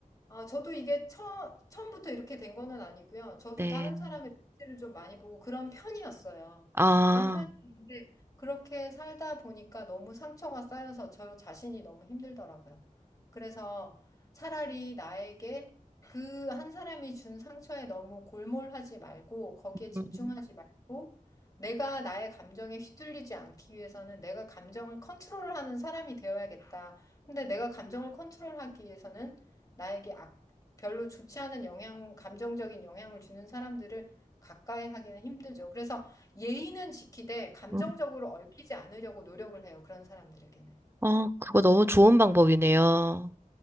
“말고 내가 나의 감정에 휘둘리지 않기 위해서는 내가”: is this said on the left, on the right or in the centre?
Left